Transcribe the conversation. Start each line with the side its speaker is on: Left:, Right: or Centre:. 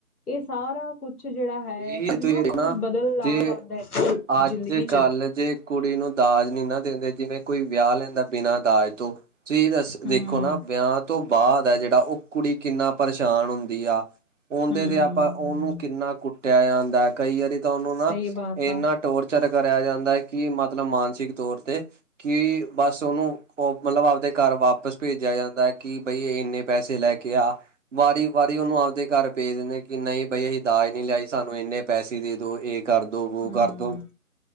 Left: ਇਹ ਸਾਰਾ ਕੁਛ ਜਿਹੜਾ ਹੈ।
Right: ਇਹ
Left: ਕਿੰਨਾ
Right: ਤੁਸੀਂ ਦੇਖਣਾ
Left: ਕੁੱਝ ਬਦਲਾਵ
Right: ਜੇ
Left: ਆਉਂਦਾ ਐ,
Right: ਅੱਜ
Left: ਜ਼ਿੰਦਗੀ
Right: ਕੱਲ
Left: ਚ
Right: ਜੇ ਕੁੜੀ ਨੂੰ ਦਾਜ ਨੀ ਨਾ ਦੇਦੇ, ਜਿਵੇਂ ਕੋਈ ਵਿਆਹ ਲੈਂਦਾ ਬਿਨਾਂ ਦਾਜ ਤੋਂ ਤੁਸੀਂ ਦੱਸ
Left: ਹੂੰ
Right: ਦੇਖੋ ਨਾ ਵਿਆਹ ਤੋਂ ਬਾਅਦ ਹੈ ਜੇੜਾ ਓਕੁੜੀ ਕਿੰਨਾ ਪਰੇਸ਼ਾਨ ਹੁੰਦੀ ਆ। ਓਦੇ
Left: ਹੂੰ
Right: ਤੇ ਆਪਾਂ ਓਨੂੰ ਕਿੰਨਾ ਕੁੱਟਿਆ ਜਾਂਦਾ ਐ ਕਈ ਵਾਰੀ ਤਾਂ ਓਨੂੰ
Left: ਸਹੀ
Right: ਨਾ
Left: ਬਾਤ
Right: ਇੰਨਾ
Left: ਆ
Right: ਟੋਰਚਰ ਕਰਿਆ ਜਾਂਦਾ ਹੈ ਕਿ ਮਤਲਬ ਮਾਨਸਿਕ ਤੌਰ ਤੇ ਕਿ ਬਸ ਓਨੂੰ ਓ ਮਤਲਬ ਆਪਦੇ ਘਰ ਵਾਪਸ ਭੇਜਿਆ ਜਾਂਦਾ ਕਿ ਬਈ ਏਨੇ ਪੈਸੇ ਲੈ ਕੇ ਕਿਹਾ ਵਾਰੀ-ਵਾਰੀ ਓਨੂੰ ਆਪਦੇ ਘਰ ਭੇਜ ਦਿੰਦੇ ਕਿ ਨਈ ਬਈ ਏਹ ਦਾਜ ਨੀ ਲਿਆਈ। ਸਾਨੂੰ ਏਨੇ ਪੈਸੇ ਦੇ ਦੋ ਏ ਕਰਦੋ ਵੋ
Left: ਹੂੰ
Right: ਕਰ ਦੋ